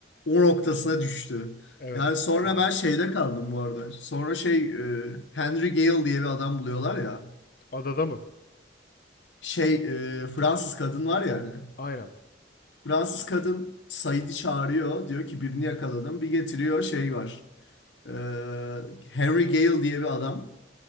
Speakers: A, on the left; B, on the left.
A: o noktasına düştü.
B: Evet,
A: Yani sonra
B: evet.
A: ben şeyde kaldım bu arada. Sonra şey e, Henry Gale diye bir adam buluyorlar ya.
B: Adada mı?
A: Şey e, Fransız kadın var ya hani.
B: Aynen.
A: Fransız kadın Sait'i çağırıyor diyor ki birini yakaladım bir getiriyor şey var. Ee, Henry Gale diye bir adam